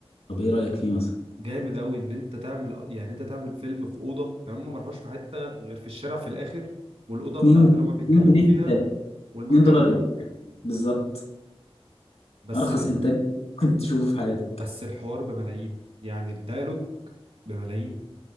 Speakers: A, on the left (about 85°); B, on the right (about 75°).
A: طب ايه رايك فيه مثلا
B: جامد قوي ان انت تعمل يعني انت تعمل فيلم في اوضه يعني هم ما راحوش في حته غير في الشارع في الاخر والاوضه
A: 2
B: بتاعت اللي هم بيتكلموا
A: 2 جنيه
B: فيها والمحكمه
A: 2 دولار ايه بالظبط
B: بس
A: ارخص
B: ال...
A: انتاج ممكن تشوفه في حياتك
B: بس الحوار بملايين يعني الديالوج بملايين